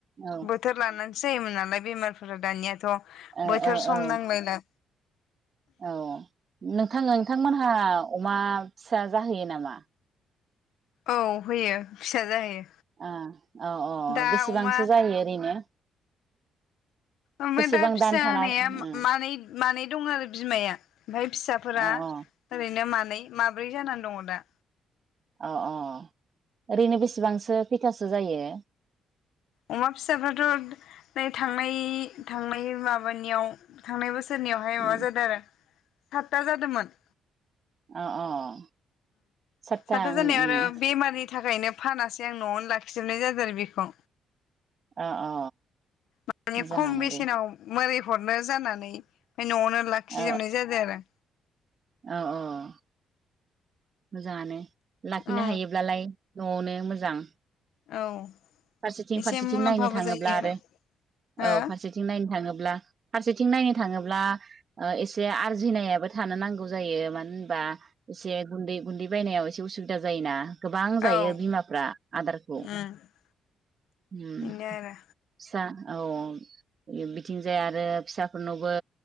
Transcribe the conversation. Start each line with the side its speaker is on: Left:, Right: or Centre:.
Right: औ
Left: बोथोर लानानै जायोमोन नालाय बेमारफोरा दानियाथ'
Right: ओ
Left: बोथोर
Right: ओ
Left: सम
Right: औ
Left: नांलायला
Right: औ नोंथां नोंथांमोनहा अमा फिसा जाहोयो नामा?
Left: औ होयो फिसा जाहैयो।
Right: ओं अ अ
Left: दा
Right: अ बेसेबांसो
Left: अमा
Right: जायो ओरैनो?
Left: ओमफाय
Right: बेसेबां
Left: दा फिसा
Right: दान थाना
Left: होनाया
Right: औ
Left: मानै मानै दं आरो बिमाया ओमफाय फिसाफोरा
Right: औ औ
Left: ओरैनो मानै माब्रै जानानै दङ। दा
Right: अ अ अ ओरैनो बेसेबांसो खैथासो जायो?
Left: अमा फिसाफ्राथ' नै थांनाय थांनाय माबानियाव थांनाय बोसोर सोरनियावहाय
Right: उम
Left: माबा जादों आरो। सादथा जादोंमोन।
Right: अ अ अ सातथा
Left: सादथा
Right: उम
Left: जानायाव आरो
Right: उम
Left: बेमारनि थाखायनो फानासै जों न'आवनो लाखिजोबनाय जादों आरो बेखौ।
Right: अ अ
Left: माने
Right: मोजाङानो
Left: खम बेसेनाव
Right: दे
Left: मोरै हरनो जानानै ओमफाय न'आवनो लाखिजोबनाय
Right: औ
Left: जादों आरो।
Right: औ औ औ मोजाङानो। लाखिनो
Left: औ
Right: हायोब्लालाय न'आवनो मोजां।
Left: औ
Right: फारसेथिं
Left: एसे
Right: फारसेथिं
Left: मुलाम्फाबो
Right: नायनो थाङोब्ला
Left: जायो
Right: आरो
Left: आरो
Right: औ फारसेथिं नायनो थाङोब्ला फारसेथिं नायनो थाङोब्ला ओ एसे आर्जिनायाबो थानो नांगौ जायो मानो होनबा एसे गुन्दै गुन्दै बायनायाव एसे उसुबिदा जायोना गोबां
Left: हो
Right: जायो
Left: औ
Right: बिमाफ्रा आदारखौ
Left: उम
Right: उम
Left: बेनो
Right: सा औ औ बिथिंजाय आरो फिसाफोरनावबो